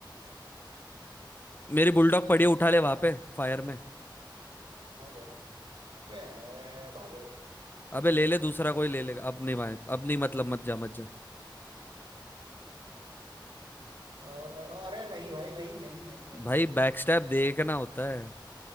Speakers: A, on the left; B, on the right.
A: मेरी बुलडॉग पड़ी है, उठा ले वहां पे फायर में
B: हाँ ले रहा हूँ पे है, भागो
A: अबे ले ले दूसरा कोई ले लेगा अब नहीं भाई अब नहीं मतलब मत जा मत जा
B: अ, अ, अरे नहीं भाई नहीं नहीं नहीं नहीं
A: भाई
B: नहीं
A: बैकस्टैप देखना होता है